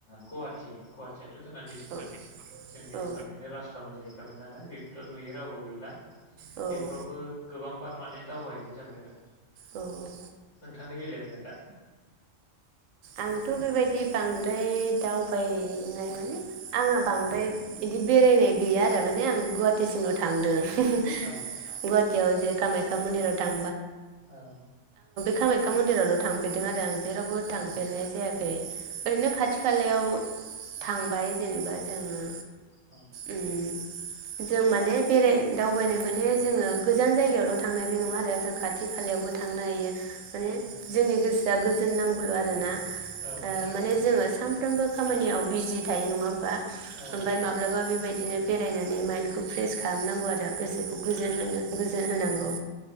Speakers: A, on the left; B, on the right.
A: गुवाहाटि गुवाहाटियाथ' जोंना दिसपुर
B: औ
A: जोंनि
B: औ
A: आसामनिनो राजथावनि जाहैखाबाय नालाय बेखौथ' नुयो रावबो गैला
B: औ
A: बेफोरावबो
B: औ
A: गोबां बार माने दावबायहैनाय जाबाय आरो
B: औ।
A: नोंथांनि बेलायावलाय दा
B: आंथ' बेबायदि बांद्राय दावबायनाय माने आंहा बांद्राय बिदि बेरायनाय गैया आरो माने आं गुवाहाटिसिमल' थांदों गुवाहाटियाव
A: औ
B: जे कामाय मन्दिराव थां
A: औ
B: कामाख्या मन्दिरावल' थांफेरदों आरो आं जेरावबो थांफेरनाय
A: औ
B: जायाखै ओरैनो खाथि खालायाव थांबाय जेनेबा जोङो
A: औ
B: उम जों माने बेराय दावबायनाय माने जोङो गोजान जायगायावल' थांनाय बे नङा आरो जों खाथि खालायावबो थांनो हायो माने
A: औ
B: जोंनि गोसोआ गोजोन नांगौल' आरो ना
A: औ
B: ओ माने जोङो साम साफ्रोमबो खामानियाव बिजि थायो नङा होमबा
A: औ
B: ओमफाय माब्लाबा बेबायदिनो बेरायनानै माइन्दखौ फ्रेस खामनांगौ आरो गोसोखौ गोजोन होनो गोजोन होनांगौ
A: औ